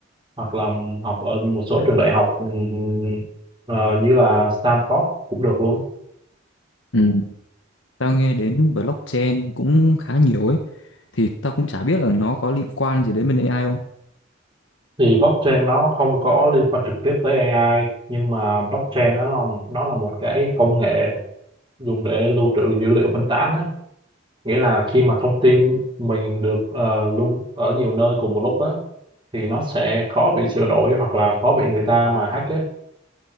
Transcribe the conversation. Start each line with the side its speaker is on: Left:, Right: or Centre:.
Right: hoặc là học ở một số trường đại học ừm, ờ, như là Stanford cũng được luôn
Left: Ừ. Tao nghe đến blockchain cũng khá nhiều ấy thì tao cũng chả biết là nó có liên quan gì đến bên AI không.
Right: thì blockchain nó không có liên quan trực tiếp tới AI nhưng mà blockchain nó là nó là một cái công nghệ dùng để lưu trữ dữ liệu phân tán á nghĩa là khi mà thông tin mình được ờ, lưu ở nhiều nơi cùng một lúc á thì nó sẽ khó bị sửa đổi hoặc là khó bị người ta mà hack á